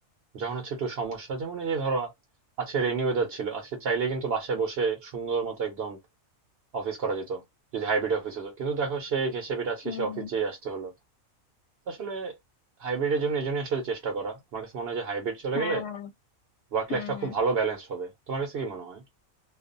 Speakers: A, on the right; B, on the left.
A: যখন হচ্ছে একটু সমস্যা যেমন এই যে ধরো আজকে রেইনি ওয়েদার ছিল আজকে চাইলে কিন্তু বাসায় বসে সুন্দর মতো একদম অফিস করা যেত যদি হাইব্রিড অফিস হতো কিন্তু দেখো সে ঘেঁষে পিটে আজকে
B: হুম
A: সে অফিস যেয়ে আসতে হলো তো আসলে হাইব্রিডের জন্য এই জন্যই আসলে চেষ্টা করা আমার কাছে মনে হয় যে হাইব্রিড চলে
B: হ্যাঁ
A: গেলে ওয়ার্ক
B: হুম
A: লাইফটা
B: হুম
A: খুব ভালো ব্যালেন্স হবে তোমার কাছে কি মনে হয়